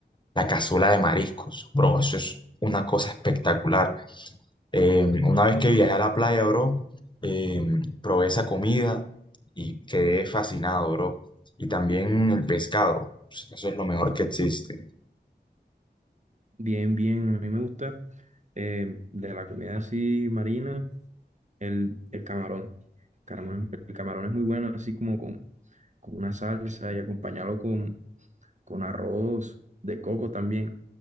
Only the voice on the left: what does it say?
la cazuela de mariscos, bro. Eso es una cosa espectacular. Em, una vez
que
viajé a la playa, bro, em, probé esa comida y quedé fascinado, bro. Y también el pescado. Eso es lo mejor que existe.